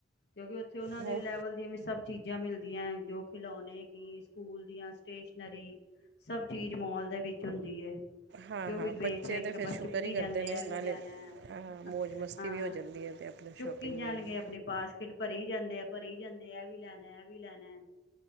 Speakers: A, on the left; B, on the right.
A: ਕਿਉਂਕਿ ਉੱਥੇ ਉਹਨਾਂ
B: ਹੋ
A: ਦੇ ਲੈਵਲ ਦੀਆਂ ਵੀ ਸਭ ਚੀਜ਼ਾਂ ਮਿਲਦੀਆਂ ਜੋ ਖਿਲੋਣੇ ਕਿ ਸਕੂਲ ਦੀਆਂ ਸਟੇਸ਼ਨਰੀ ਸਭ ਚੀਜ਼ ਮੋਲ ਦੇ ਵਿੱਚ ਹੁੰਦੀ ਹੈ
B: ਹਾਂ
A: ਤੇ ਉਹ
B: ਹਾਂ
A: ਵੀ ਵੇਖ
B: ਬੱਚੇ
A: ਵੇਖ
B: ਤਾਂ
A: ਕੇ
B: ਫਿਰ
A: ਬਸ
B: ਸ਼ੁਕਰ
A: ਚੁੱਕੀ
B: ਹੀ ਕਰਦੇ
A: ਜਾਂਦੇ
B: ਨੇ
A: ਆ ਇਹ ਵੀ
B: ਨਾਲੇ
A: ਲੈਣਾ ਹੈ।
B: ਹਾਂ ਮੌਜ ਮਸਤੀ
A: ਹਾਂ
B: ਵੀ ਹੋ ਜਾਂਦੀ ਹੈ ਅਤੇ ਆਪ ਨਾਲੇ
A: ਚੁੱਕੀ
B: ਸ਼ੋਪਿੰਗ
A: ਜਾਣਗੇ
B: ਵੀ ਹੋ ਜਾਂਦੀ
A: ਆਪਣੀ ਬਾਸਕਿਟ ਭਰੀ ਜਾਂਦੇ ਆ ਭਰੀ ਜਾਂਦੇ ਇਹ ਵੀ ਲੈਣਾ ਇਹ ਵੀ ਲੈਣਾ